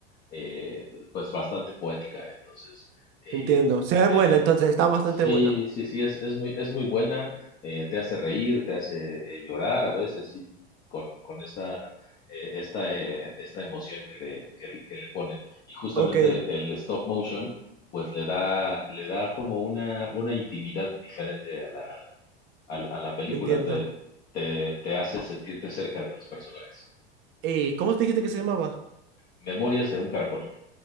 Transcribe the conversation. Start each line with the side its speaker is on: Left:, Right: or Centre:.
Left: eh, pues bastante poética. Entonces, eh,
Right: Entiendo. Se ve
Left: media-
Right: buena, entonces está bastante
Left: sí,
Right: buena.
Left: sí, sí, es, es muy, es muy buena, eh, te hace reír, te hace eh, llorar a veces, sí, con, con esta, eh, esta, eh, esta emoción que le, que, le que le ponen. Y justamente
Right: Ok,
Left: el stop motion, pues le da, le da como una, una intimidad diferente a la, a la a la película,
Right: entiendo.
Left: te, te, te hace sentirte cerca de los personajes.
Right: ¿Y cómo te dijiste que se llamaba?
Left: Memorias de un caracol.